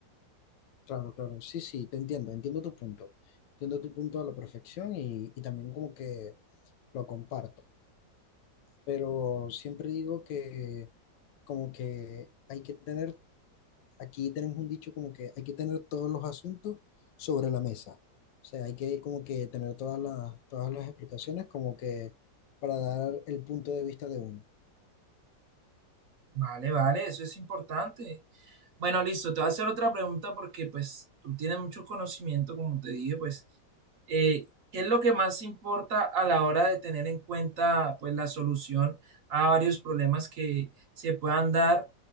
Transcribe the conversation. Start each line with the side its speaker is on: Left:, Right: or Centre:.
Left: Claro, claro, sí, sí, te entiendo, entiendo tu punto, entiendo tu punto a la perfección y, y también como que lo comparto, pero siempre digo que como que hay que tener aquí tenemos un dicho como que hay que tener todos los asuntos sobre la mesa. O sea, hay que como que tener todas las, todas las explicaciones como que para dar el punto de vista de uno.
Right: Vale, vale, eso es importante. Bueno, listo, te voy a hacer otra pregunta porque pues tú tienes mucho conocimiento, como te dije, pues, eh, ¿qué es lo que más importa a la hora de tener en cuenta pues la solución a varios problemas que se puedan dar